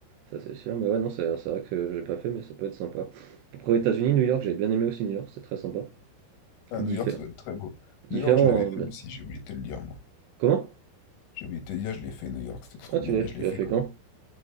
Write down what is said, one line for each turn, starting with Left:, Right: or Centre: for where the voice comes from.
Right: Ça c'est sûr, mais ouais, non, c'est c'est vrai que j'ai pas fait, mais ça peut être sympa. Après, aux États-Unis, New York, j'ai bien aimé aussi New York, c'est très sympa.
Left: à
Right: Diffé-
Left: New York, ça doit être très beau. New
Right: Différent,
Left: York, je l'avais fait
Right: hein, mais.
Left: aussi, j'ai oublié de te le dire, moi.
Right: Comment?
Left: J'ai oublié de te dire, je l'ai fait, New York, c'était trop
Right: Ah, tu
Left: bien,
Right: l'as
Left: mais
Right: fait,
Left: je l'ai
Right: tu l'as
Left: fait
Right: fait
Left: quoi?
Right: quand?